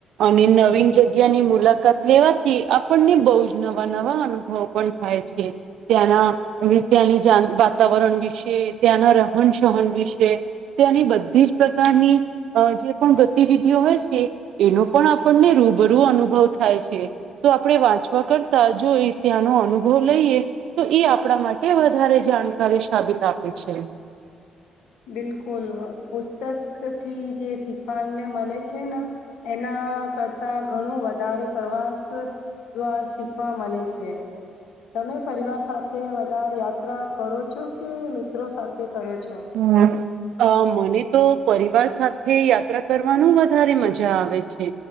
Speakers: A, on the right; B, on the left.
A: અને નવીન જગ્યાની મુલાકાત લેવાથી આપણને બહુ જ નવા નવા અનુભવ પણ થાય છે ત્યાંના ત્યાંની જ વાતાવરણ વિશે ત્યાંના રહન સહન વિશે ત્યાંની બધી જ પ્રકારની અ જે પણ ગતિવિધિઓ હોય છે એનો પણ આપણને રૂબરૂ અનુભવ થાય છે તો આપડે વાંચવા કરતા જો એ ત્યાંનો અનુભવ લઈએ તો એ આપડા માટે વધારે જાણકારી સાબિત આપ હોય છે.
B: બિલકુલ પુસ્તકથી જે શીખવાને મળે છે ને એના કરતા ઘણું વધારે પ્રવાસ દ્વાર શીખવા મળે છે તમે પરિવાર સાથે વધારે યાત્રા કરો છો કે મિત્રો સાથે કરો
A: <unintelligible>
B: છો
A: અ મને તો પરિવાર સાથે યાત્રા કરવાનું વધારે મજા આવે છે